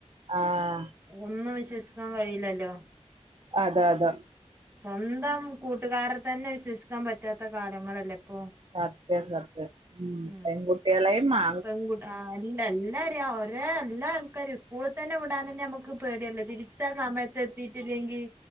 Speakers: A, on the right; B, on the right.
A: ആഹ്
B: ഒന്നും വിശ്വസിക്കാൻ കഴിയില്ലല്ലോ
A: അതാ അതാ
B: സ്വന്തം കൂട്ടുകാരെ തന്നെ വിശ്വസിക്കാൻ പറ്റാത്ത കാലങ്ങളല്ലേ ഇപ്പൊ
A: അതെ സത്യം ഉ
B: ഉം
A: പെൺകുട്ടികളെയും മാ
B: പെൺകുട്ടി ആ അല്ല എല്ലാരെയുംഒരേ എല്ലാ ആൾക്കാരേയും സ്കൂളിൽ തന്നെ വിടാൻ തന്നെ നമ്മുക്ക് പേടിയല്ലേ തിരിച്ച ആഹ് സമയത്ത് എത്തിയിട്ടില്ലെങ്കിൽ